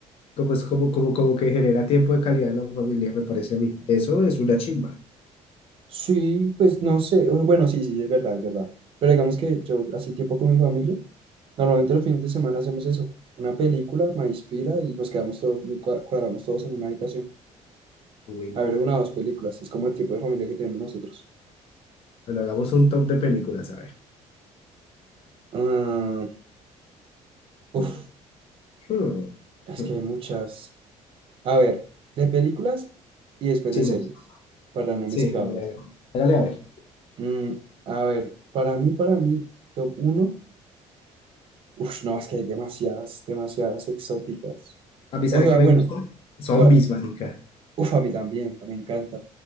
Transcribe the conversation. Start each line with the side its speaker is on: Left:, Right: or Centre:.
Left: Como es como, como, como que genera tiempo de calidad en la familia, me parece a mí. Eso es una chimba.
Right: Sí, pues no sé, o- bueno, sí, sí, es verdad, es verdad. Pero digamos que yo, así tiempo con mi familia, normalmente los fines de semana hacemos eso, una película, me inspira y nos quedamos todos, cua- cuadramos todos en una habitación.
Left: Uy,
Right: A
Left: no.
Right: ver, una o dos películas. Es como el tipo de familia que tenemos nosotros.
Left: Pero hagamos un top de películas, a ver.
Right: Ah, uf,
Left: Mm, mm,
Right: es
Left: mm.
Right: que hay muchas. A ver, de películas y después
Left: Sí,
Right: de series,
Left: sí,
Right: para no
Left: Sí,
Right: mezclarlas.
Left: hágale, hágale. Hágale, a ver.
Right: Mm, a ver, para mí, para mí, top uno Uf, no, es que hay demasiadas, demasiadas exóticas.
Left: A mí, ¿sabe
Right: O sea,
Left: qué me
Right: bueno,
Left: gusta? Zombies,
Right: ¿cuál?
Left: marica.
Right: Uf, a mí también, me encanta.